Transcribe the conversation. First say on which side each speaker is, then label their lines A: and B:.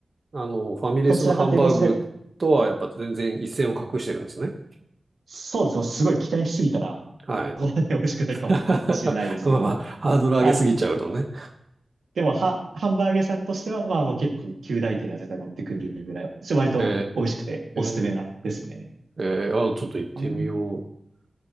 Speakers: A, on the right; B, on the right.
A: あの、ファミレスのハンバーグとはやっぱ全然一線を画してるんですね。
B: どちらかというとせ、そうですね。すごい期待しすぎたら、
A: はい。
B: そんなに美味しくないかもしれないですけど、
A: <laughs> まあまあ、ハードル上げすぎちゃうとね。
B: あ、でも、は、ハンバーグ屋さんとしては、まあ、もう結構、旧大手には絶対乗ってくるぐらい、ちょ割と美味しくておすすめなんですね。
A: えー、えー、あ、ちょっと行ってみよう。
B: あん